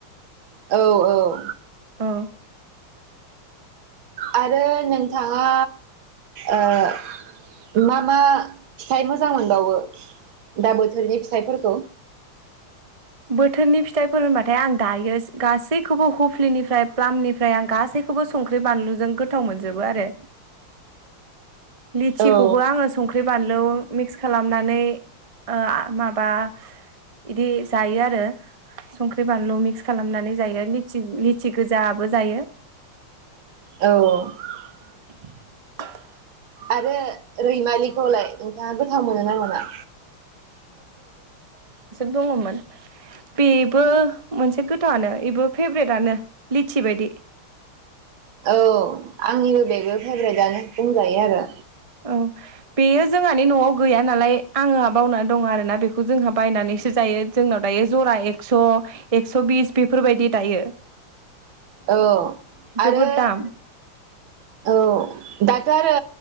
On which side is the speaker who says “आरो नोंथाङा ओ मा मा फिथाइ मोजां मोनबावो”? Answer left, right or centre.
Right